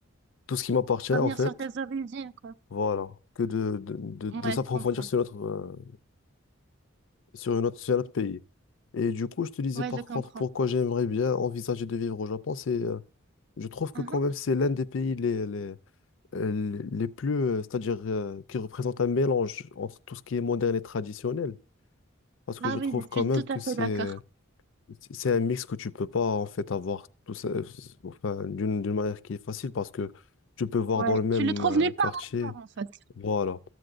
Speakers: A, on the left; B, on the right.
A: tout ce qui m'appartient
B: Revenir
A: en fait
B: sur tes origines, quoi.
A: voilà, que de, de, de-
B: Ouais,
A: de s'approfondir
B: je comprends.
A: sur notre, euh, sur une autre, sur un autre pays. Et du coup, je te disais
B: Ouais,
A: par
B: je comprends.
A: contre pourquoi j'aimerais bien envisager de vivre au Japon, c'est, euh, je trouve que
B: Uhum.
A: quand même c'est l'un des pays les, les, euh, les plus, euh, c'est-à-dire euh, qui représente un mélange entre tout ce qui est moderne et traditionnel, parce que
B: Ah
A: je trouve
B: oui, je
A: quand
B: suis
A: même
B: tout
A: que
B: à fait
A: c'est,
B: d'accord.
A: c'est un mix que tu peux pas en fait avoir tout ça, euh, enfin, d'une, d'une manière qui est facile, parce que tu peux voir
B: Ouais,
A: dans le même
B: tu le trouves
A: euh,
B: nulle
A: quartier
B: part ailleurs, en fait.
A: Voilà.